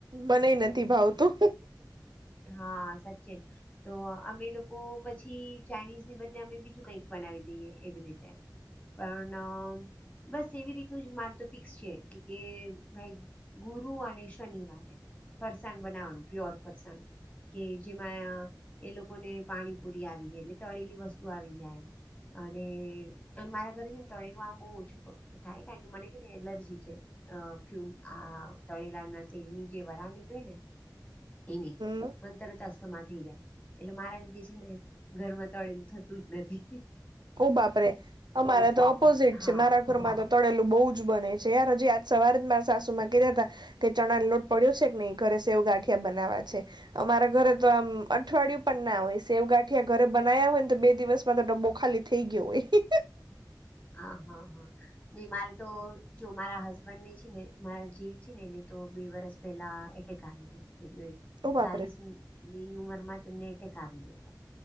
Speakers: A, on the right; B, on the left.
A: મનેય નથી ભાવતું
B: હા, સચિન તો અમે લોકો પછી, ચાઇનીઝ ની બદલે અમે બીજું કઈક બનાવી દઈએ એવી રીતે પરણામ બસ એવી રીતનું જ માર તો ફિક્સ છે કે ભાઈ ગુરુ અને શનિવારે ફરસાણ બનાવાનું, પ્યોર ફરસાણ કે જેમાં એ લોકોને પાણીપુરી આવી ગઈ, એટલે તળેલી વસ્તુ આવી જાય. અને અન મારા ઘરે છેને, તળરમાં આમ બહુ ઓછું થાય કારણ કે મને છે ને એલર્જી છે. અ ફ્યુમ આ તળેલા ના તેલની જે વરાળ નીકળે ને એની
A: હમ
B: પન તરત અસ્થમા થઈ, જાય. એટલે મારા લીધે છેને, ઘરમા તળેલું થતું જ નથી. હી
A: ઓ, બાપરે અમારા તો ઓપોઝિટ
B: હા
A: છે, મારા ઘરમાં તો તળેલું બહુ જ બને છે, યાર હજી આજ સવારે મારા સાસુમાં કેતાતા કે ચણાન લોટ પડ્યો છે, કે નહીં ઘર વે સેવ ગાઠ બનાવવા છે, અમારા ઘરે તો આમ અઠવાડિયું પણ ના હોય, સેવગાંઠિયા ઘરે બના અયા હોયન, તો બે દિવસમાં તો ડબ્બો ખાલી થઈ ગયો હોય હિહિક.
B: હા, હા, હા ની માર તો જો મારા હસબન્ડ ને છે ને મારા જેઠ છે ને એને તો બે વરસ પેલા એટેક આવી ગયો. એટલે
A: ઓ બાપરે
B: ચાલીસ ની ઉમર માં તેમને એટેક આવી ગયો.